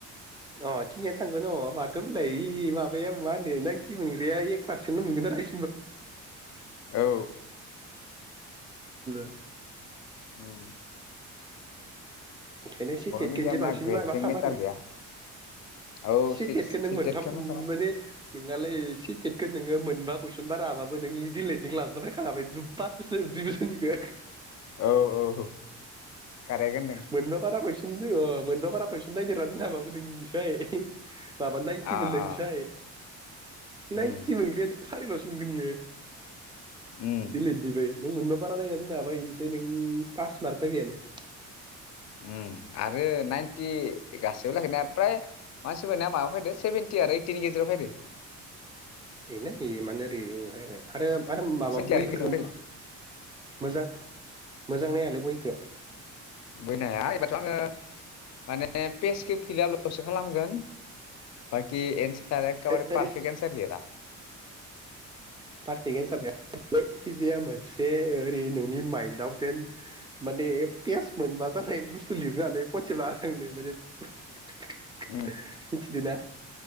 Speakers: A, on the right (about 15°); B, on the left (about 60°).
A: अ थिंनियानो थांगोन अ माथो होनलाय माबाया मा होनो नाइन्टि मोनग्राया एक पार्सेन्टल' मोनगोन आरो
B: औ
A: <unintelligible> <unintelligible>
B: ओम
A: ओंखायनो सि टेटखौनोसो
B: मिडियामना
A: बांसिन
B: ग्रेडजों
A: माथा
B: मेटार
A: मारि
B: गैया औ
A: सि टेटखौ
B: सिटेटखौ
A: नों मोनथाम
B: माथा माथि
A: माने नोंङालै सि टेटखौ नोङो मोनबा कुइसन बारा हाबाबो नों इ दि एल एद लाजोबना फैखाबाय बास बोसोर दुइ बोसोरनिखौ
B: औ औ औ खारेग होनदों
A: मोनबा बारा कुइसन मोनबा बारा कुइसन नायगिरना दोननो हाबाबो नोंनिफ्राय माबा नाइन्टि
B: अ
A: मोनलानायनोसै
B: अ
A: नायनथि
B: उम
A: मोनग्राया सारिल'सो मोनगोन इयो
B: उम
A: दिल दबायै नों मोनबा बारा नायनानै दोनना हाबा बेनोसै नों पास मार्क फायबायानो
B: ओम आरो नाइनटि गासैबो लाखैनाया फ्राय मानसिफोरनिया माबा फैदो सेभेनटि आरो ओइटिनि गेजेराव फायदो।
A: बेनो बे माने ओरै ओफ्राय आरो। आरो माबा
B: सेभेन्टि
A: बैफोरखौ
B: आरो ओइटिनि गेजेराव
A: मोजां मोजां नाय हालाय बहिखौ
B: बहि नाया एबाथ' आङो माने पेजखौ फिलपलसो खालामगोन बाखि एसार सारखाबारि
A: ओरै
B: पारफके एन्सार लिरा
A: पारफेक्टआ सारनाया जायखिजाया मोनसे ओरै नोंनि माइन्डआव जेन माने पेस मोनबा जानाय बुस्थु लिरनानै खनसे लाजांनो माने। मिथिदोना
B: उम